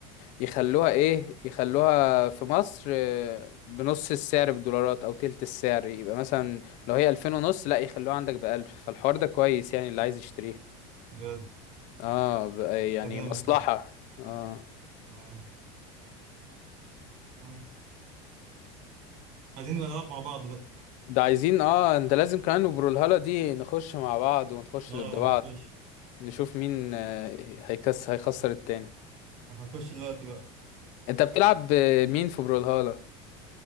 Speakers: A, on the left; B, on the right.
A: يخلوها ايه يخلوها في مصر آه، بنص السعر بالدولارات او تلت السعر يبقى مثلا لو هي الفين ونص لا يخلوها عندك بألف فالحوار ده كويس يعني اللي عايز يشتريها
B: بجد
A: اه بقى يعني
B: ده جامد
A: مصلحة
B: ده
A: اه
B: آه. آم. عايزين نبقى نلعب مع بعض بقى
A: ده عايزين اه انت لازم كمان وبرولهالة دي نخش مع بعض ونخش
B: اه
A: ضد بعض
B: نخش
A: نشوف مين آه، هيكس هيخسر التاني
B: هنخش دلوقتي بقى
A: انت بتلعب آه، مين في برولهالة